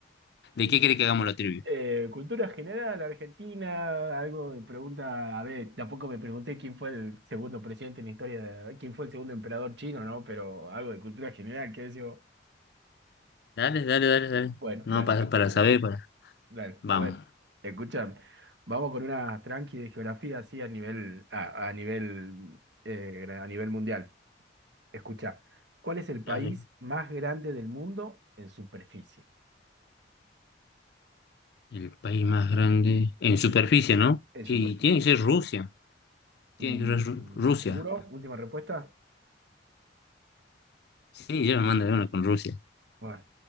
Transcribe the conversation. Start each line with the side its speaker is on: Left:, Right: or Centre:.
Left: de qué querés que hagamos la trivia?
Right: Eh, cultura general, Argentina, algo de pregunta, a ver, tampoco me pregunté quién fue el segundo presidente en la historia de, quién fue el segundo emperador chino, ¿no? Pero algo de cultura general, que yo,
Left: Dale, dale, dale, dale.
Right: bueno,
Left: No,
Right: dale,
Left: para,
Right: perfecto,
Left: para saber, para.
Right: dale,
Left: Vamos.
Right: bueno, escúchame, vamos con una tranqui de geografía así a nivel, a, a nivel, eh, a nivel mundial. Escucha, ¿cuál es el país
Left: Dale.
Right: más grande del mundo en superficie?
Left: El país más grande en superficie, ¿no?
Right: En
Left: Y
Right: superficie.
Left: tiene que ser Rusia. Tiene
Right: Mm,
Left: que ser Ru- Rusia.
Right: ¿seguro? Última respuesta.
Left: Sí, yo me mandaré una con Rusia.
Right: Bueno,